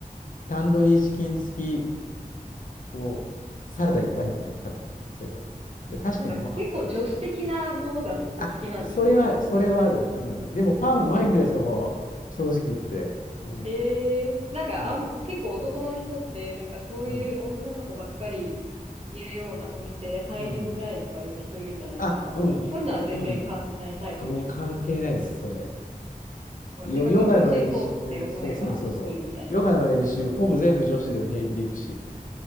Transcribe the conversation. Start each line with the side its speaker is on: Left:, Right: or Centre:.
Left: タンドリーチキン付きこう、サラダいっぱいみたいなの食べた。そういえば。で、確かにうまかった。
Right: なんか結構女子的なものがすお好きなんですね。
Left: あ、それはある、それはある。うん。でもパンうまいんだよ、そこ。正直言って。うん、
Right: ええなんかあん、
Left: うん、
Right: 結構男の人って、なんかそういう女の子ばっかりいるようなお店入りづらいとかいう人いるじゃないですか。
Left: うん、うん。あ、うん、
Right: そういうのは全然感じないタイプですか
Left: うん。あ、僕関係ないです、それ。
Right: もう自分が美味しそうって思えばいいみたいな。
Left: ヨ、ヨガの練習、そうそうそうそう。ヨガの練習、ほぼ全部女子でも平気で行くし。